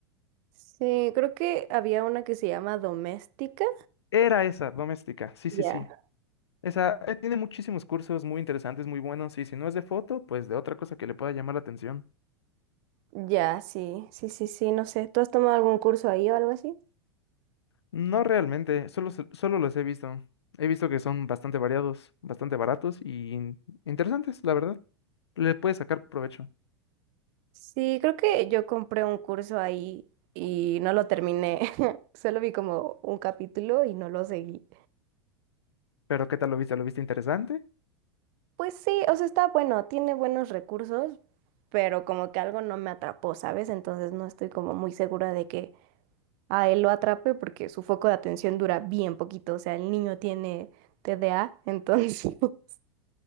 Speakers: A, on the right; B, on the left.
A: Sí, creo que había una que se llama Doméstica.
B: Era esa, doméstica, sí, sí,
A: Ya.
B: sí. Esa, eh, tiene muchísimos cursos muy interesantes, muy buenos, y si no es de foto, pues de otra cosa que le pueda llamar la atención.
A: Ya, sí, sí, sí, sí, no sé. ¿Tú has tomado algún curso ahí o algo así?
B: No realmente, solo, se- solo los he visto. He visto que son bastante variados, bastante baratos y in- interesantes, la verdad. Le puedes sacar provecho.
A: Sí, creo que yo compré un curso ahí y no lo terminé. <laughs> Solo vi como un capítulo y no lo seguí.
B: Pero ¿qué tal lo viste? ¿Lo viste interesante?
A: Pues sí, o sea, está bueno, tiene buenos recursos, pero como que algo no me atrapó, ¿sabes? Entonces no estoy como muy segura de que a él lo atrape porque su foco de atención dura bien poquito. O sea, el niño tiene TDA, entonces... <laughs>